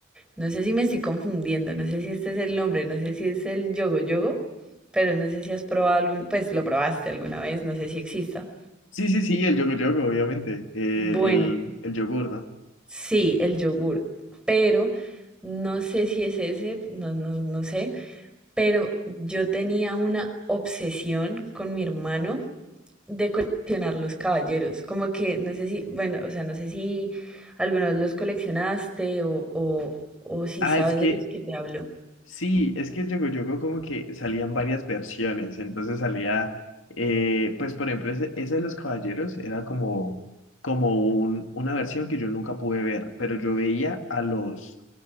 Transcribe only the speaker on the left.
Sí, sí, sí, el yogur yogur obviamente. Eh,
el, el yogur, ¿no?
Ah,
es que
Sí, es que el Yogo Yogo como que salían varias versiones, entonces salía, eh, pues por ejemplo, ese, ese de los caballeros era como, como un, una versión que yo nunca pude ver, pero yo veía a los,